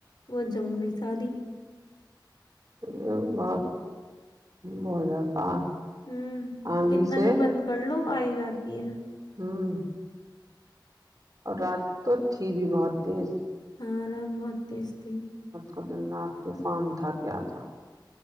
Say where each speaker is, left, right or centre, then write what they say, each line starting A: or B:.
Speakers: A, on the left; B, on the right.
A: وہ جم گئی ساری
B: یہ بہت ہو جاتا
A: ہوں
B: آندھی
A: کتنا
B: سے
A: بھی بند کر لو آئی جاتی ہے
B: ہوں اور رات تو تھی بھی بہت تیز
A: ہاں اورات بہت تیستی
B: قدرناک طوفان تھا کیا تھا